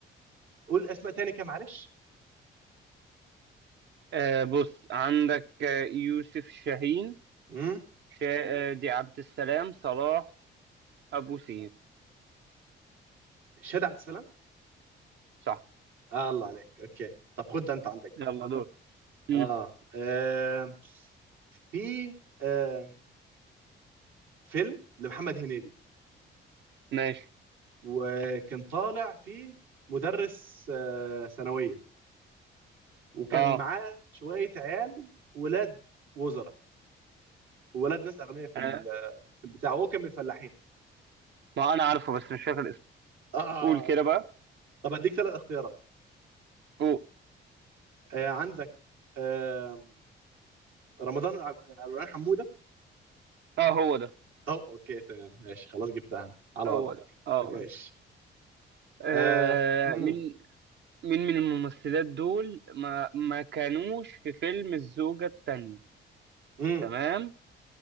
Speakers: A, on the right; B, on the right.
A: قول اسماء تاني كده معلش
B: آه بص عندك آه، يوسف شاهين
A: امم
B: شادي عبد السلام صلاح أبو سيف
A: شاد عبد السلام
B: صح
A: آه الله عليك اوكي طب خد ده انت عندك
B: يلا
A: بقى
B: دور مم.
A: اه, آه. في آه. فيلم لمحمد هنيدي
B: ماشي
A: وكان طالع فيه مدرس آه ثانوية وكان
B: اه
A: معاه شوية عيال ولاد وزراء وولاد ناس أغنياء في
B: أنا
A: ال- في البتاع وهو كان من الفلاحين
B: ما أنا عارفه بس مش فاكر اسمه
A: اه
B: قول كده بقى
A: طب هديك ثلاث اختيارات
B: قول
A: آه عندك آه رمضان عب- عبد الرحمن حمودة
B: اه هو ده
A: أو أوكي تمام ماشي خلاص جبتها أنا على
B: هو
A: وضعك
B: ده اه
A: ماشي
B: هو ده. آه،
A: آه. مم.
B: مين مين من الممثلات دول ما ما كانوش في فيلم الزوجة التانية
A: مم.
B: تمام